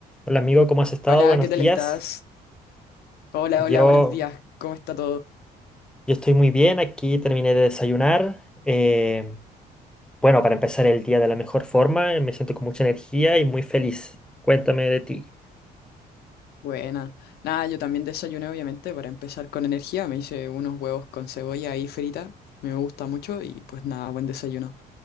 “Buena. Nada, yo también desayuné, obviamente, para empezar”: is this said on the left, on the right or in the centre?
Left